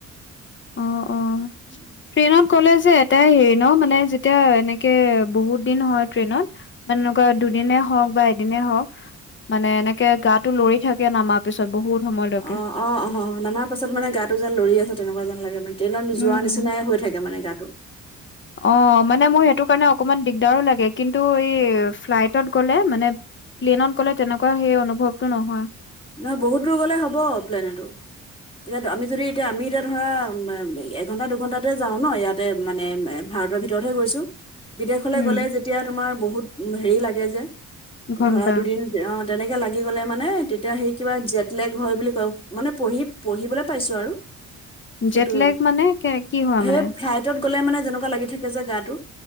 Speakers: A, on the left (about 20°); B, on the left (about 40°).
A: <inaudible>
B: অ', অ'। ট্ৰেইনত গ'লে যে এটাই হেৰি ন মানে যেতিয়া এনেকে বহুত দিন হয় ট্ৰেইনত মান তেনেকুৱা দুদিনে হওক বা এদিনে হওক। মানে এনেকে গাটো লৰি থাকে নামাৰ পিছত বহুত সময়লৈকে।
A: অ অ', অ', নামাৰ পাছত মানে গাটো যেন লৰি আছে তেনেকুৱা যেন লাগে মানে। ট্ৰেইনত
B: উম।
A: যোৱা নিচিনাই হৈ থাকে মানে গাটো।
B: অ মানে মোৰ সেইটো কাৰণে অকমান দিগদাৰো লাগে কিন্তু এই ফ্লাইটত গ'লে মানে প্লেনত ক'লে তেনেকুৱা সেই অনুভৱটো নহয়।
A: নহয় বহুত দূৰ গ'লে হ'ব প্লেনতো। ইয়াত আমি যদি এতিয়া আমি এতিয়া ধৰা এঘন্টা দুঘন্টাতে যাওঁ ন ইয়াত। তে মানে এ ভাৰতৰ ভিতৰতহে গৈছোঁ। বিদেশলৈ
B: উম
A: গ'লে যেতিয়া তোমাৰ বহুত হেৰি লাগে যে
B: ঘন্টা
A: ধৰা দুদিন অ' তেনেকে লাগি গ'লে মানে তেতিয়া সেই কিবা জেটলেগ হয় বুলি কয় মানে পঢ়ি পঢ়িবলৈ পাইছোঁ আৰু। সেইটো
B: জেট লেগ মানে কে কি হয়
A: সেই
B: মানে
A: ফ্লাইট টত গ'লে মানে যেনেকুৱা লাগি থাকে যে গাটো